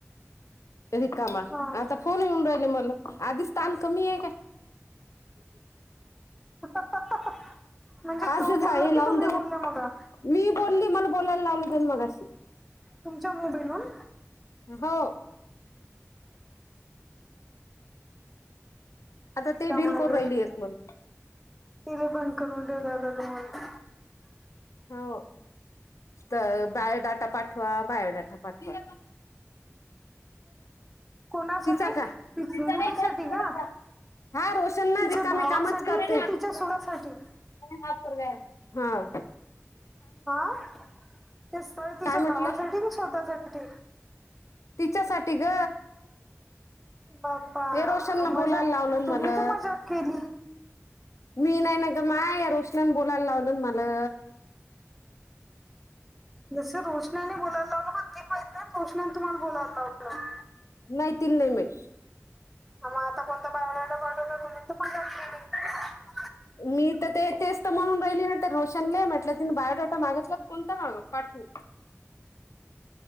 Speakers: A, on the left; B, in the centre.
A: रिकामा.
B: हा
A: आता फोन येऊन राहिले मला. आधीच तान कमीय काय?
B: <unintelligible>
A: आसच
B: तो बोलला
A: आहे
B: की
A: लावून
B: तुम्ही
A: दिल.
B: बोलल्या मगा
A: मी बोलली मला बोलायला लावल त्यानी मगाशी.
B: तुमच्या मुबईवून?
A: हो. आता ते
B: का
A: बिन
B: मार
A: करू राहिली एक मला
B: त <unintelligible> बंद करून ठऊ द तुमला
A: हो. तर बायोडाटा पाठवा. बायोडाटा पाठवा.
B: कोणासाठी
A: तिचा का? तिचा
B: मुलीसाठी
A: नाही त्या पोराचा.
B: का
A: हा रोशन ना
B: तिच्या
A: रिकामे
B: भावासाठी
A: कामच करतोय.
B: कि तिच्या सुनासाठी
A: <inaudible> ह.
B: हा. ते स्थळ तीच्या
A: काय म्हटलं
B: भावासाठी की, स्वतःसाठी?
A: तिच्यासाठी ग.
B: बाप्पा
A: हे रोशन न
B: मजाक
A: बोलायला लावलं
B: तुम्ही
A: मला.
B: तर मजाक केली
A: मी नाही न गं माय, या रोशन्यान बोलायला लावलंन मला.
B: जस रोषणाने बोलायला लावलं, पण ती म्हणते ना रोशणाने तुम्हाला बोलायला लावलं. हो <unintelligible>
A: नाही, तीला नाही माहीत.
B: म आता कोणता बायोडाटा पाठवतोय. <inaudible>
A: मी त- ते तेचत म्हणून राहिली ना ते रोशनले, म्हटलं तिन बायोडाटा मागितला कोणता माग पाठू.
B: ह <inaudible>